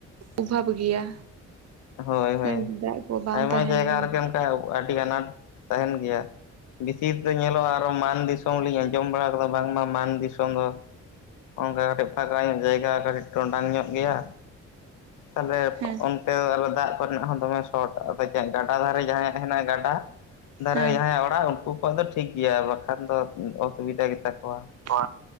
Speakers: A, on the right; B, on the left.
A: ᱚᱵᱷᱟᱵ ᱜᱮᱭᱟ᱾
B: ᱦᱳᱭ ᱦᱳᱭ
A: ᱫᱟᱜ ᱠᱚ ᱵᱟᱝ
B: ᱟᱭᱢᱟ
A: ᱛᱟᱦᱮᱱ
B: ᱡᱟᱭᱜᱟ
A: ᱦᱩᱸ
B: ᱨᱮᱜᱮ ᱚᱱᱠᱟ ᱟᱹᱰᱤ ᱟᱱᱟᱴ ᱛᱟᱦᱮᱱ ᱜᱮᱭᱟ᱾ ᱵᱮᱥᱤ ᱛᱮ ᱧᱮᱞᱚᱜᱼᱟ ᱟᱨ ᱢᱟᱱ ᱫᱤᱥᱚᱢ ᱞᱤᱧ ᱟᱸᱡᱚᱢ ᱵᱟᱲᱟᱣ ᱠᱟᱫᱟ ᱵᱟᱝᱢᱟ ᱢᱟᱱ ᱫᱤᱥᱚᱢ ᱫᱚ, ᱚᱱᱠᱟ ᱠᱟᱹᱴᱤᱡ ᱯᱷᱟᱠᱟ ᱧᱚᱜ ᱡᱟᱭᱜᱟ ᱟᱨ ᱠᱟᱴᱤᱡ ᱴᱚᱸᱰᱟᱝ ᱧᱚᱜ ᱜᱮᱭᱟ᱾ ᱛᱟᱦᱞᱮ
A: ᱦᱮᱸ
B: ᱚᱱᱛᱮ ᱫᱚ ᱟᱨᱚ ᱫᱟᱜ ᱠᱚᱨᱮᱱᱟᱜ ᱦᱚᱸ ᱫᱚᱢᱮ ᱥᱚᱨᱚᱴ ᱟᱫᱚ ᱡᱟ ᱰᱟᱰᱟ ᱫᱷᱟᱨᱮ ᱡᱟᱦᱟᱸᱭᱟᱜ ᱦᱮᱱᱟᱜᱼᱟ ᱜᱟᱰᱟ᱾ ᱫᱟᱨᱮ
A: ᱦᱮᱸ
B: ᱡᱟᱦᱟᱸᱭᱟᱜ ᱚᱲᱟᱜ ᱩᱱᱠᱩ ᱠᱚᱣᱟᱜ ᱫᱚ ᱴᱷᱤᱠ ᱜᱮᱭᱟ ᱵᱟᱠᱷᱟᱱ ᱫᱚ ᱩᱸ ᱚᱥᱩᱵᱤᱫᱟ ᱜᱮᱛᱟ ᱠᱚᱣᱟ᱾
A: ᱵᱟ